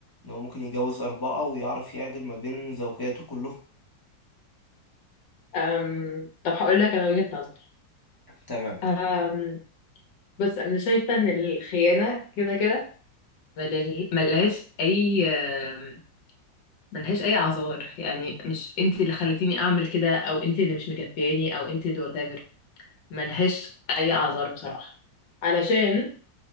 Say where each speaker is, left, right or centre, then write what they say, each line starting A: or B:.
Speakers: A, on the left; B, on the left.
A: ان هو ممكن يتجوز اربعة ويعرف يعدل ما بين زوجاته كلهم
B: أم. طب هقول لك انا وجهة نظري
A: تمام
B: أم. بس انا شايفة ان الخيانة كده كده ملل- ملهاش اي آم، ملهاش اي اعذار يعني مش انت اللي خلتيني اعمل كده او انت اللي مش مكفياني او انت اللي واتافر ملهاش اي اعذار بصراحة علشان